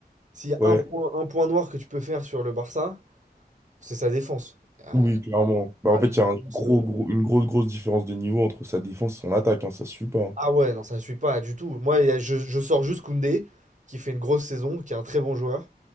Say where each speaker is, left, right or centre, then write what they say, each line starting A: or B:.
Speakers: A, on the right; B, on the right.
A: S'il y a
B: ouais,
A: un point, un point noir que tu peux faire sur le Barça, c'est sa défense. Ah,
B: oui, clairement. Bah,
A: ah,
B: en fait,
A: la
B: il y a
A: défense,
B: un gros,
A: euh,
B: gros, une grosse, grosse différence de niveau entre sa défense et son attaque, hein, ça se suit pas. hein.
A: ah ouais, non, ça ne suit pas du tout. Moi, il y a- je, je sors juste Koundé, qui fait une grosse saison, qui est un très bon joueur,